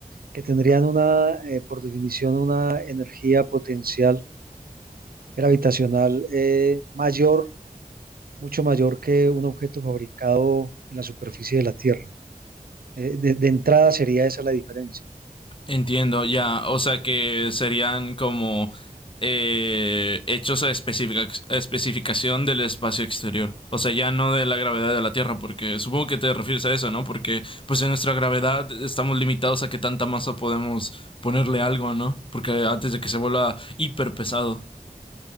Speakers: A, on the right (about 80°); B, on the left (about 35°).
A: que tendrían una, eh, por definición, una energía potencial gravitacional eh, mayor, mucho mayor que un objeto fabricado en la superficie de la Tierra. Eh, de, de entrada sería esa la diferencia.
B: Entiendo, ya. O sea que serían como eh, hechos a, especifica- especificación del espacio exterior. O sea, ya no de la gravedad de la Tierra, porque supongo que te refieres a eso, ¿no? Porque pues en nuestra gravedad estamos limitados a qué tanta masa podemos ponerle algo, ¿no? Porque antes de que se vuelva hiper pesado.